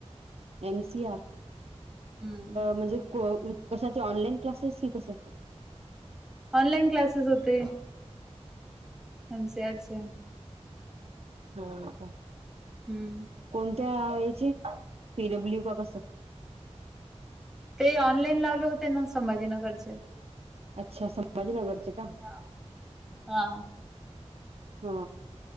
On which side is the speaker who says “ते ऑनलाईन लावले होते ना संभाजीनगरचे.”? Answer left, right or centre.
Centre